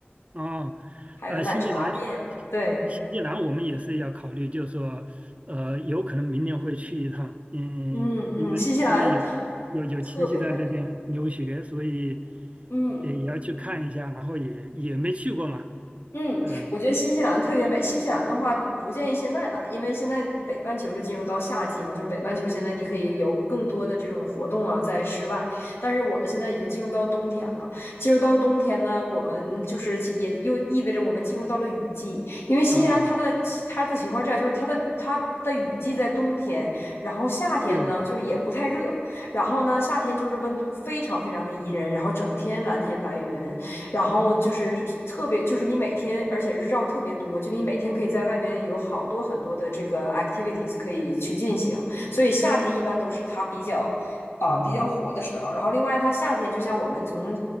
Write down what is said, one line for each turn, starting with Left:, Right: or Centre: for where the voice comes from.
Right: 啊，
Left: 还有奶茶店，
Right: 呃，新西兰，新新西兰我们也是要考虑，
Left: 对，
Right: 就是说，呃，有可能明年会去一趟，嗯，
Left: 嗯嗯，
Right: 因为因为有有有亲戚在那边留学，
Left: 新西兰特别美，
Right: 所以
Left: 嗯。
Right: 也也要去看一下，然后也也没去过嘛，
Left: 嗯，
Right: 嗯、
Left: 我觉得新西兰特别美。新西兰的话，不建议现在来，因为现在北半球是进入到夏季嘛，就是北半球现在你可以有更多的这种活动啊，在室外。但是我们现在已经进入到冬天了，进入到冬天呢，我们就是进也又意味着我们进入到了雨季，因为新西兰它的它的情况这样，
Right: 呃啊，
Left: 就是它的它的雨季在冬天，然后夏天呢就是也不太热，
Right: 对
Left: 然后呢夏天就是温度非常非常的宜人，然后整天蓝天白云。然后就是特别，就是你每天，而且日照特别多，就你每天可以在外边有好多很多的这个 activities 可以去进行，所以夏天一般都是它比较。啊、
Right: 啊。
Left: 呃，比较火的时候，然后另外它夏天就像我们从